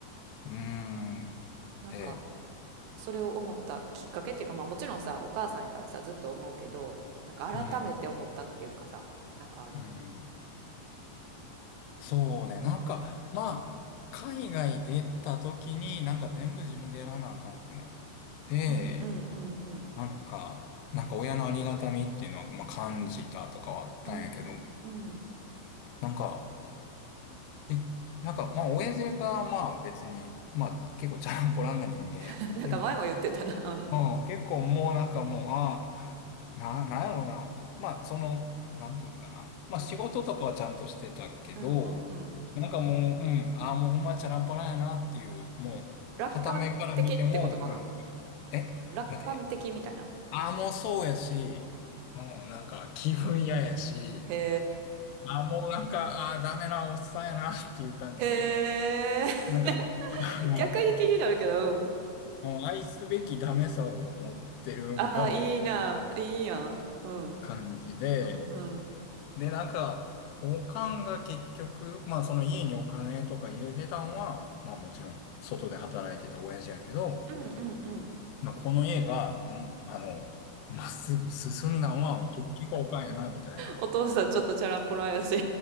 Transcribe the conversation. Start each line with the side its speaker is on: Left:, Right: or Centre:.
Left: うーん。
Right: なんか、
Left: で、
Right: それを思ったきっかけっていうか、まあもちろんさ、お母さんやからさ、ずっと思うけど、なんか改めて思ったっていうかさ、
Left: うん。
Right: なんかある。
Left: うん。そうね。なんか、まあ、海外出た時になんか全部自分でやらなあかんくなって、
Right: うんうんうんうん。
Left: なんか、なんか親のありがたみっていうのは、まあ、感じたとかはあったんやけど、
Right: うん。うん
Left: なんか、えなんか、まあ、親父がまあ別に、まあ結構チャランポランな人間やって、
Right: <laughs>。なんか前も言ってたな。うん。
Left: うん、結構もうなんかもう、ああ、な、なんやろうな。まあ、その、なんていうんかな。まあ、
Right: うん。
Left: 仕事とかはちゃんとしてたけど、
Right: うんうんうん。
Left: なんかもう、うん、ああ、もうほんまにチャランポラんやなっていう、もう、
Right: 楽観的ってことかな。
Left: 傍目から見ても、なんか、えなんて、
Right: 楽観的みたいな。
Left: ああ、もうそうやし、うん、なんか気分嫌やし、
Right: へ
Left: ああ、もうなんか、ああ、ダメなおっさんやなっていう感じ。
Right: え。へえ。
Left: なんか、あの、
Right: <laughs> 逆に気になるけど、うん。
Left: もう愛すべきダメさを持ってるんが、
Right: ああ、
Left: まあ、
Right: いいな。いいやん。うん。
Left: 感じで、
Right: うんうん。
Left: で、なんか、おかんが結局、まあその家にお金とか入れてたんは、まあもちろん外で働いてた親父やけど、
Right: うんうんうん。
Left: まあこの家が、んあの、まっすぐ進んだんは結局おかんやな、みたいな。
Right: お父さんちょっとチャランポランやし。